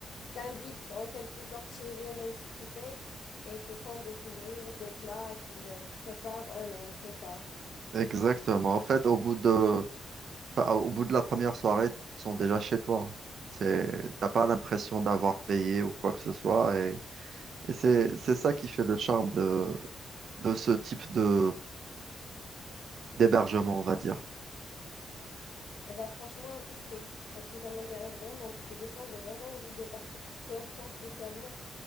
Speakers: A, on the left; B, on the right.
A: t'invitent en quelque sorte chez eux, même si tu payes, et te font découvrir des plats qu'ils euh, préparent eux-mêmes, c'est ça.
B: Exactement. En fait, au bout de, enfin, au bout de la première soirée, ils sont déjà chez toi. C'est, t'as pas l'impression d'avoir payé ou quoi que ce soit. Et, et c'est, c'est ça qui fait le charme de, de ce type de, d'hébergement, on va dire.
A: Et bah franchement, à tester, parce que ça m'intéresse vraiment, parce que des fois, j'ai vraiment envie de partir toute seule, sans spécialement